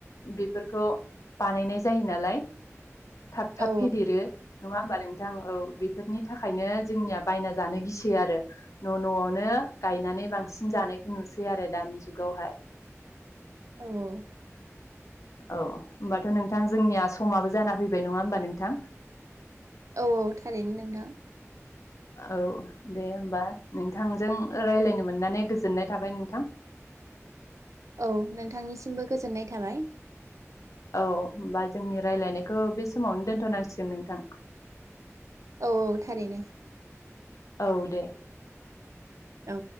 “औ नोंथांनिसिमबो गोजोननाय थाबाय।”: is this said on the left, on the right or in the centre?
Right